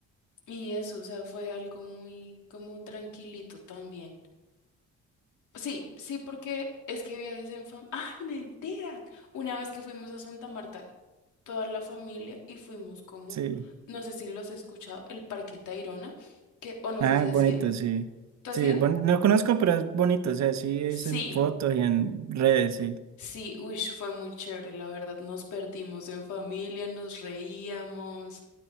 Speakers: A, on the left; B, on the right.
A: y eso, o sea, fue algo muy como tranquilito también. Sí, sí, porque es que viajes en familia. ¡Ay, mentira! Una vez que fuimos a Santa Marta, toda la familia y fuimos como,
B: sí.
A: no sé si los he escuchado, el Parque Tayrona, que, o no
B: Ah,
A: sé si has
B: bonito,
A: ido.
B: sí.
A: ¿Tú
B: Sí,
A: has ido?
B: bon- no conozco, pero es bonito, o sea, sí es
A: Sí,
B: en fotos y en redes, sí.
A: sí, uy, fue muy chévere, la verdad. Nos perdimos en familia, nos reíamos.